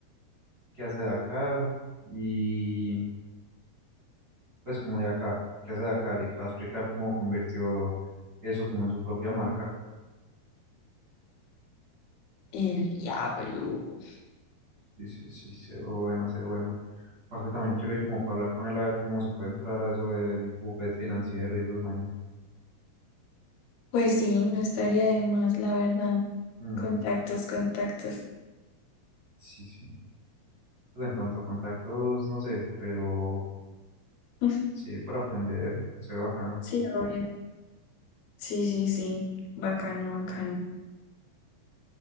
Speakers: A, on the right; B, on the left.
A: que hace Dakar y pues como de acá, que hace Dakar y que va a explicar cómo convirtió eso como en su propia marca.
B: el diablo.
A: Sí, sí, sí, se ve buena, se ve buena. Aparte también quiero ir como para hablar con él a ver cómo se puede entrar a eso del buffet financiero y esas vainas.
B: Pues sí, no estaría de más, la verdad.
A: Ujú,
B: Contactos, contactos.
A: Sí, sí. Pues en cuanto a contactos, no sé, pero
B: <laughs>
A: sí, por aprender, se ve bacano.
B: Sí, obvio. Sí, sí, sí. Bacano, bacano.